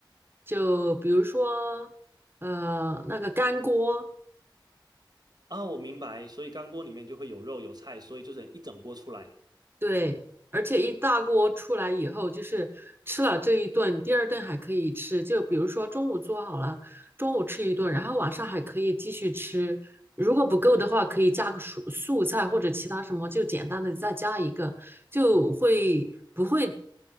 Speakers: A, on the right; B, on the right.
A: 就比如说呃那个干锅，
B: 啊，我明白，所以干锅里面就会有肉有菜，所以就是一整锅出来，
A: 对，而且一大锅出来以后，就是吃了这一顿，第二顿还可以吃。就比如说中午做好了，中午吃一顿，然后晚上还可以继续吃。如果不够的话，可以加个素素菜或者其他什么，就简单的再加一个，就会不会